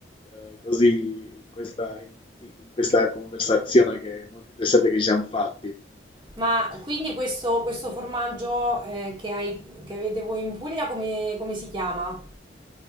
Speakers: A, on the left (about 30°); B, on the right (about 20°).
A: eh, così, in questa, in in questa conversazione che è molto interessante che ci siamo fatti.
B: ma quindi questo, questo formaggio eh, che hai, che avete voi in Puglia, come, come si chiama?